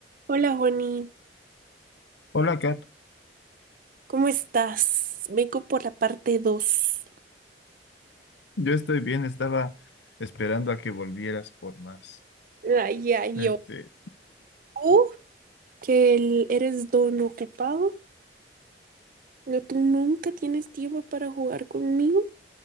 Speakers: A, on the right; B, on the left.
A: Hola, Juani,
B: Hola, Kat.
A: ¿cómo estás? Vengo por la parte 2.
B: Yo estoy bien, estaba esperando a que volvieras por más.
A: Ay, ay,
B: Este,
A: yo. Tú, que el- eres don ocupado, no, tú nunca tienes tiempo para jugar conmigo